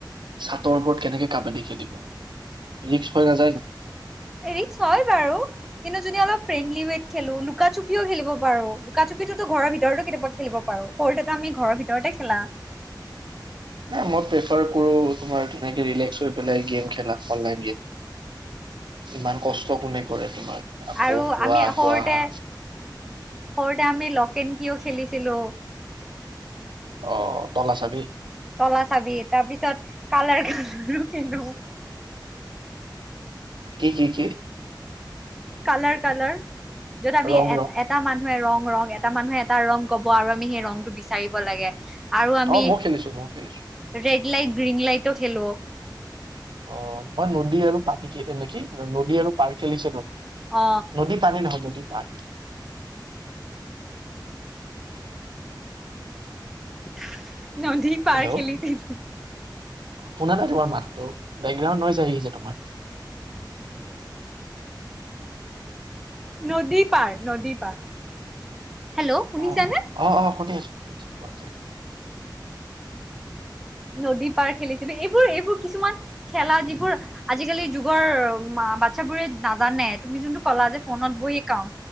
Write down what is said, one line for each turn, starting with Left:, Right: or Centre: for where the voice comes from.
Right: ছাটৰ ওপৰত কেনেকে কাবাডী খেলিব। ৰিক্স হৈ নাযায় জানো
Centre: ৰিক্স হয় বাৰু। কিন্তু যদি অলপ ফ্ৰেণ্ডলি ৱত খেলো লুকাচুপিও খেলিব পাৰো লুকাচুপিটোতো ঘৰৰ ভিতৰতো কেতিয়াবা খেলিব পাৰোঁ সট এটা আমি ঘৰৰ ভিতৰতে খেলা।
Right: ন মই প্ৰেফাৰ কৰো তোমাৰ তেনেকেলেক্ হৈ পেলাই গেম খেলা অনলাইন গেম ইমান কষ্ট কোনে কৰে তোমাৰ। আকৌ
Centre: আৰু
Right: যোৱা
Centre: আমি
Right: আকৌ
Centre: সৰুতে
Right: আহা
Centre: সৰুতে আমি লকেন। কিয় খেলিছিলো।
Right: অ তল চাবি?
Centre: তলা চাবি তাৰ পিছত কালাৰ ক কিধো।
Right: কি কি কি?
Centre: Colour colour! য'ত আমি
Right: ৰং
Centre: এ
Right: ৰং
Centre: এটা মানুহে ৰং। ৰং এটা মানুহে এটা ৰং কব আৰু আমি সেই ৰংটো বিচাৰিব লাগে। আৰু আমি
Right: অ ময়ো খেলিছো ময়ো খেলিছো
Centre: ৰে লাইট গ্ৰীণ লাইটও খেলো।
Right: অ মই নদী আৰু পাতি খ। নেকি নদী আৰু পাৰ খেলিছে ন
Centre: অ
Right: নদী পানী নহয় নদী পাৰ।
Centre: <unintelligible> নদী পাৰ
Right: হেল্ল'
Centre: খেলৈছিলোঁ।
Right: শুনা নাই তোমাৰ মাতটো বেকগ্ৰাউড ন আহি আছে তোমাৰ।
Centre: নদী পাৰ নদী পাৰ। হেল্ল' শুনিছানে?
Right: অ অ অ সুধি আছো সুধি আছো।
Centre: নদী পাৰ খেলিছিলো এইবোৰ এইবোৰ কিছুমান খেলা যিবোৰ আজিকালিৰ যুগৰ বাচ্ছাবোৰে নাজানে তুমি যোনটো ক'লা যে ফোনত বহিয়ে কাম